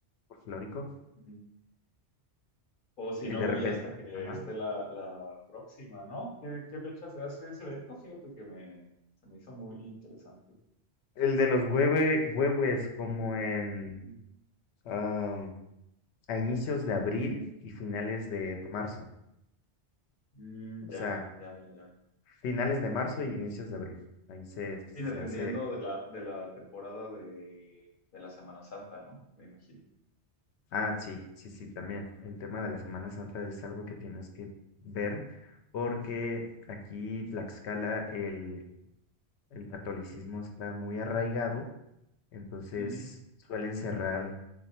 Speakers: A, on the left; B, on the left.
A: folclórico.
B: Ujú. O si
A: Y
B: no,
A: de
B: voy
A: repente,
B: hasta que
A: ajá.
B: esté la, la próxima, ¿no? ¿Qué, qué fecha se hace ese evento? Fíjate que me, se me hizo muy interesante.
A: El de los hueve, huehues como en
B: Ujú.
A: am, a inicios de abril y finales de de marzo.
B: Mm,
A: O
B: ya,
A: sea,
B: ya, ya, ya.
A: Finales de marzo y inicios de abril. Ahí se,
B: Sí,
A: se
B: dependiendo
A: hace.
B: de la, de la temporada de, de la Semana Santa, ¿no? Me imagino.
A: Ah, sí, sí, sí, también.
B: Ajá.
A: El tema de la Semana Santa es algo que tienes que ver porque aquí Tlaxcala el, el catolicismo está muy arraigado, entonces
B: Ujú.
A: suelen cerrar